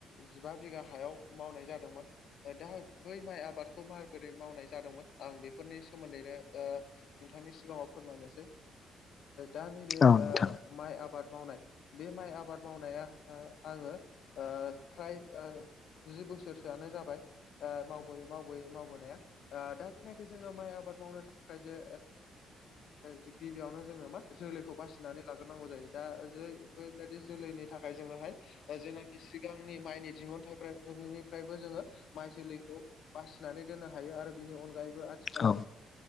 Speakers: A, on the left; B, on the left.
A: जिबा बिगा हायाव मावनाय जादोंमोन दा बै माइ आबादखौ माबोरै मावनाय जादोंमोन आं बेफोरनि सोमोन्दैनो नोंथांनि सिगाङाव फोरमायनोसै दा नैबे
B: औ नोंथां
A: माइ आबाद मावनाय बे माइ आबाद मावनाया आङो फ्राय जि बोसोरसोआनो जाबाय मावबोयै मावबोयै मावबोनाया द जनाखि जोङो माइ आबाद मावनो थाखाय जे गिबियावनो जोङो मा जोलैखौ बासिनानै लाग्रोनांगौ जों जायो दा जे बै बेदि जोलैनि थाखाय जोङोहाय जेनाखि सिगांनि माइनि दिहुनथाइनिफ्रायबो जोङो माइ जोलैखौ बासिनानै दोननो हायो आरो बिनि अनगायैबो आथिखालाव
B: औ